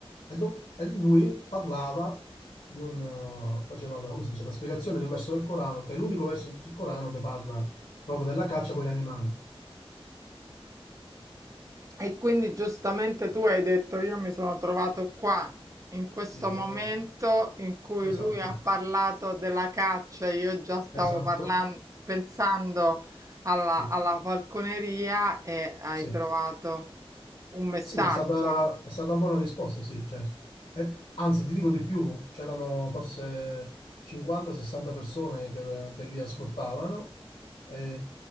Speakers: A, on the left; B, on the right.
A: e, do- e lui parlava di un, eh, faceva la, come si dice, la spiegazione di un verso del Corano, che è l'unico verso di tutto il Corano che parla Proprio della caccia con gli animali.
B: E quindi giustamente tu hai detto, io mi sono trovato qua, in questo
A: Sì, brava.
B: momento in cui
A: Esatto,
B: lui ha parlato della caccia, io già stavo
A: esatto.
B: parlando, pensando alla,
A: Sì,
B: alla falconeria e hai
A: sì.
B: trovato un messaggio,
A: Sì, è stata, è stata una buona risposta, sì, certo. E- anzi, ti dico di più, c'erano forse 50-60 persone che, che lì ascoltavano. E,